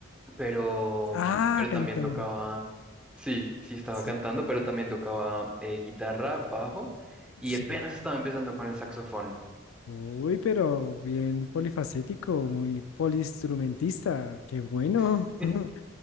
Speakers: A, in the centre; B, on the left.
A: pero,
B: Ah,
A: pero
B: cantando.
A: también tocaba, sí, sí estaba
B: Sí,
A: cantando, pero también tocaba eh, guitarra, bajo y
B: sí.
A: apenas estaba empezando con el saxofón.
B: Uy, pero bien polifacético, muy poliinstrumentista. Qué bueno.
A: <laughs>
B: <laughs>